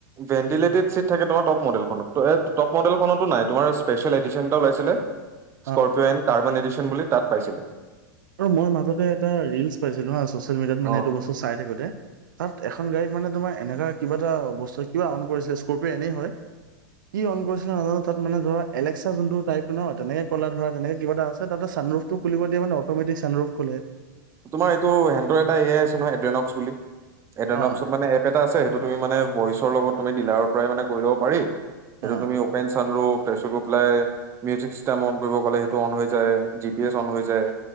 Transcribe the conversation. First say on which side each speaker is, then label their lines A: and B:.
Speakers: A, on the right; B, on the right.
A: ভেন্টিলেটেড চিট থাকে তোমাৰ টপ মডেলখনত, টপ মডেলখনতো নাই তোমাৰ স্পেচিয়েল এডিশন এটা ওলাইছিলে
B: <inaudible>
A: স্কৰপিঅ এন কাৰ্বন এডিশন বুলি তাত পাইছিলে।
B: আৰু মই মাজতে এটা ৰিলচ পাইছিলো হা চচিয়েল মিডিয়াত
A: উম,
B: মানে এইটো বস্তু চাই থাকোঁতে তাত এ এখন গাড়ীত মানে তোমাৰ এনেকা কিবা এটা বস্তু কিবা অন কৰিছিলে স্ক'ৰ্পিঅ' এনেই হয়। কি অন কৰিছিলে নাজানো তাত মানে ধৰা এলেক্সা যোনটো টাইপ নহ তেনেকে কলা ধৰা তেনেকে কিবা এটা আছ তাতে ছানৰুফটো খুলিব দিয়ে মানে অ'মেটিক ছানৰুফ খোলে।
A: তোমাৰ এইটো হেণ্টৰ এটা এ আই আছে নহয় এড্ৰেনক্স বুলি এড্ৰনক্সত
B: অ',
A: মানে এটা আছে সেইটো তুমি মানে ভইচৰ লগত তুমি ডিলাৰৰ পৰাই মানে কৰি ল'ব পাৰি সেইটো
B: অ
A: তুমি অপেন ছানৰুফ তাৰ পাছত গৈপেলাই মিউজিক চিষ্টেম অন কৰিব ক'লে সেইটো অন হৈ যায় জি পি এছ অন হৈ যায়